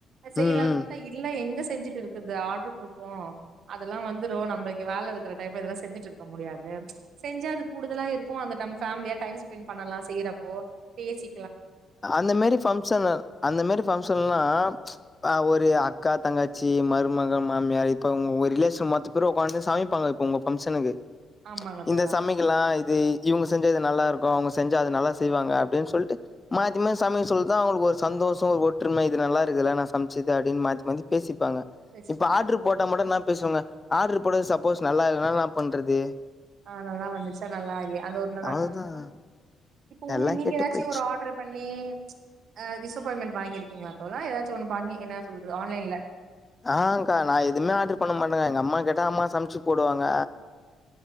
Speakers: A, on the right; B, on the left.
A: செய்யலான்
B: ம்.
A: பாத்தா இல்ல எங்கஸ் செஞ்சுட்டு இருக்குறது ஆடர் குடு போ அதெல்லா வந்துரு நம்மளுக்கு வேல இருக் கரெக்ட் டைம்ல இதெல்லா செஞ்சுட்டு இருக்க முடியாது செஞ்சா அது கூடுதலா இருக்கு அந்த டம் ஃபேமிலியா டைம் ஸ்பென் பண்ணலா செய்றப்போ பேசி
B: அந்த மாரி பங்க்ஷனு அந்த மாரி பங்க்ஷன் எல்லாம் அ ஒரு அக்கா தங்கச்சி மருமக மாமியார் இப்ப உங்க ஒர் ரிலேஷன் மத்த பேரு உக்காந்து சமைப்பாங்க இப்ப உங்க பங்க்ஷனுக்கு
A: ஆமாங்க
B: இந்த
A: தோழா
B: சமைக்கல்லா இது இவங்க செஞ்சா அது நல்லா இருக்கு அவங்க செஞ்சா அது நல்லா செய்வாங்க அப்டின் சொல்ட்டு மாத்தி மாத்தி சமையல் சொல்லுதா அவங்களுக்கு ஒரு சந்தோஷோ ஒரு ஒற்றுமை இது நல்லாக்குல்ல ன் சமச்சது அப்டின் மாத்தி மாத்தி பேசிப் பாங்க
A: பேசிப்பாங்க
B: இப்ப ஆடரு போட்டா மட நாம் பேசுவொல்ல ஆட்ரு போடது சப்போஸ் நல்லா இல்னா னா பண்றது?
A: ஆ நல்லா வந்துர்ச்சா நல்லா இல்லயா அது ஒன்னுதா
B: அவ்வளோதான்
A: பொ இப்போ உங்க
B: எல்லாம்
A: நீங்க
B: கெட்டு
A: எதாச்சு
B: போயிடுச்சு.
A: ஒரு ஆர்டர் பண்ணி அ டிசப்பாயின்மென்ட் வாங்கிருக்கீங்ளா தோழா‌ எதா ச்சு ஒன்னு பண்ணி என்ன சொல்றது ஆன்லைன்ல
B: ஆஹ கா நா எதுவ்மே ஆர்டர் பண்ண மாட்டே கா எங்கம்மா கேட்டா அம்மா சம்ச்சு போடுவாங்க